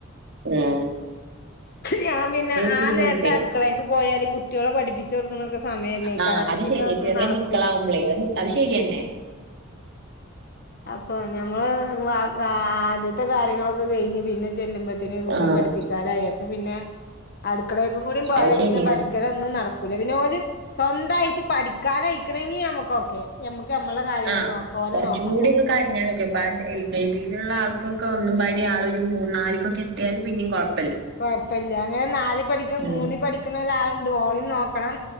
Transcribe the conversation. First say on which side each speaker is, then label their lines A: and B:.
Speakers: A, on the right; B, on the left.
A: മ്
B: ഞാൻ പിന്നെ
A: ശീലായിട്ടേ
B: ആ നേരത്ത് അടുക്കളേക്ക് പോയാല് കുട്ടികളെ പഠിപ്പിച്ച് കൊടുക്കണൊക്കെ സമയല്ലേക്കാരം
A: ആഹ്
B: അപ്പൊ
A: അത്
B: പിന്നെ
A: ശരിയാ
B: ഒന്നും
A: ചെറിയ
B: നടക്കൂല
A: മക്കളാവുമ്പളേ അത് അത് ശരിയന്നെ
B: അപ്പൊ ഞമ്മള് വ കാ ആദ്യത്തെ കാര്യങ്ങളൊക്കെ കഴിഞ്ഞ് പിന്നെ ചെല്ലുമ്പോ പിന്നെ കൂട്ടിനെ
A: ആഹ്
B: പഠിപ്പിക്കാരായിപ്പ പിന്നെ അടുക്കളക്കും കൂടി പോയ
A: അത് ശരിയാ
B: പിന്നെ പഠിക്ക ഒന്നും നടക്കൂല പിന്നെ ഓല് സ്വന്തായിട്ട് പഠിക്കാനഴിക്കണങ്കി നമ്മുക്കൊക്കെ. ഞമ്മക്ക് നമ്മളെ കാര്യങ്ങൾ
A: ആഹ്
B: നോക്ക ഓലെ
A: കുറച്ചും
B: നോക്കണ്ട.
A: കൂടിയൊക്കെ കഴിഞ്ഞാലൊക്കെ അപ്പ എൽ കെ ജിയിലുള്ള ആൾക്കൊക്കെ ഒന്നും പാടി ആൾ ഒരു മൂന്ന നാലിക്കൊക്കെ എത്തിയാൽ പിന്നും കുഴപ്പ
B: കൊഴപ്പല്ല അങ്ങനെ നാല് പഠിക്ക
A: ഉം
B: മൂന്ന പഠിക്കണ ഒരാളുണ്ട് ഒളി നോക്കണം.